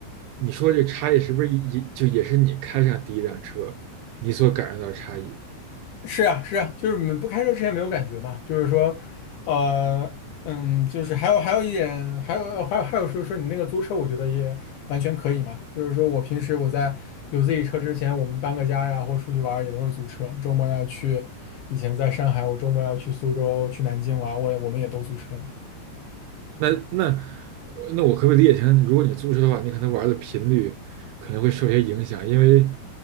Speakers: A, on the right (about 80°); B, on the left (about 70°).
A: 你说这差异是不是也就也是你开上第一辆车，你所感受到的差异？
B: 是啊，是啊，就是们不开车之前没有感觉嘛，就是说，呃，嗯，就是还有还有一点，还有呃还有还有说说你那个租车，我觉得也完全可以嘛。就是说我平时我在有自己车之前，我们搬个家呀，或出去玩儿也都是租车。周末要去，以前在上海，我周末要去苏州、去南京玩儿，我也我们也都租车的。
A: 那那那我可不可以理解成，如果你租车的话，你可能玩的频率可能会受些影响，因为